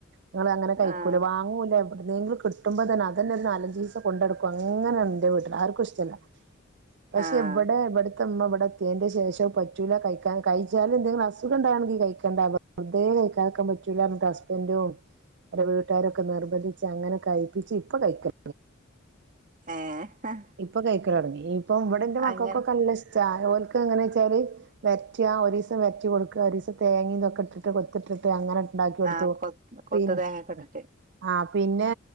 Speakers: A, on the right; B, on the right.
A: നിങ്ങ അങ്ങനെ കഴിക്കൂല
B: ആഹ്
A: വാങ്ങൂല ഉണ്ടെനെനെ കിടുമ്പോതന്നെ അതന്നെ ‌ ഒരു നാലഞ്ച് ദിവസ കൊടുടക്കും അങ്ങനണ് എൻറെ വീട്ടിൽ ആർക്കും ഇഷ്ടല്ല പക്ഷെ
B: ആഹ്
A: ഇവിടെ എവിടെ അമ്മ ഇവിടെ എത്തിയന്റെ ശേഷം പറ്റൂല കഴിക്കാൻ കഴിച്ചാലും എന്തെങ്കിലും അസുഖണ്ടണെങ്കിൽ കഴിക്കേണ്ടന്ന് വെറുതെ കൈക്കാനോക്കെ പറ്റൂല്ല പറഞ്ഞിട്ട് ഹസ്പെന്റും എന്റെ വീട്ടുകാരൊക്കെ നിർബന്ധിച്ച് അങ്ങനെ കഴ്പ്പിച്ച് ഇപ്പൊ കഴിക്കാം
B: ഏഹ്
A: ഇപ്പൊ കഴിക്കല് തുടങ്ങി ഇനി ഇപ്പൊ ഇവിടെന്റെ മക്കക്കൊക്കെ
B: അങ്ങനെ
A: നല്ല ഇഷ്ട അവഓൽക്ക് എങ്ങനെ വെച്ചാല് വരറ്റിക ഒരിസം വരചറ്റി കൊടുക്ക ഒരു ദിവസം തേങ്ങയുംഇതൊക്കെ ഇട്ടിട്ട് കൊത്തിട്ടിട്ട് അങ്ങനെ ഉണ്ടാക്കി കൊടുത്തു
B: ആഹ് കൊ കൊത്ത
A: പിന്നെ
B: തേങ്ങൊക്കെ ഇട്ടിട്ട്
A: ആ പിന്നെ